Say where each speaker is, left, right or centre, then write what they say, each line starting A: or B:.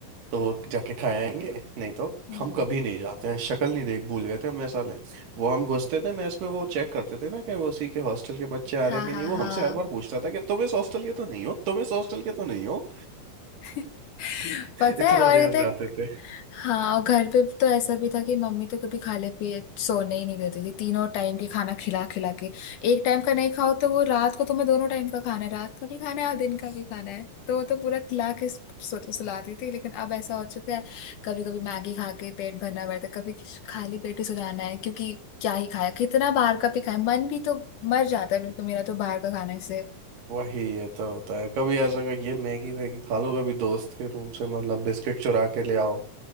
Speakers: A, on the right; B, on the left.
A: तो वो जाके खाए आएंगे नहीं तो
B: हम्म।
A: हम कभी नहीं जाते हैं शक्ल नहीं देख भूल गए थे हम मैस वाले वो हम घुसते थे मैस में वो चेक करते थे ना कि वो उसी के हॉस्टल के बच्चे आ
B: हाँ
A: रहे हैं कि
B: हाँ
A: नहीं वो
B: हाँ
A: हमसे हर बार पूछता था कि तुम इस हॉस्टल के तो नहीं हो तुम इस हॉस्टल के तो नहीं हो
B: <laughs>
A: <laughs>
B: पता
A: इतना
B: है और
A: रेयर
B: ये तक
A: जाते थे
B: हाँ और घर पे तो ऐसा भी था कि मम्मी तो कभी खाले पिए सोने ही नहीं देती थी तीनों टाइम के खाना खिला खिला के एक टाइम का नहीं खाओ तो वो रात को तुम्हें दोनों टाइम का खाना है रात का भी खाना है और दिन का भी खाना है तो वो तो पूरा खिला के सु- सुलाती थी लेकिन अब ऐसा हो चुका है कभी कभी मैगी खा के पेट भरना पड़ता है कभी खाली पेट ही सो जाना है क्योंकि क्या ही खाया कितना बाहर का भी खाया मन भी तो मर जाता है बिल्कुल मेरा तो बाहर का खाने से
A: वही ये तो होता है कभी ऐसा का ये मैगी वैगी खा लो कभी दोस्त के रूम से मतलब बिस्किट चुरा के ले आओ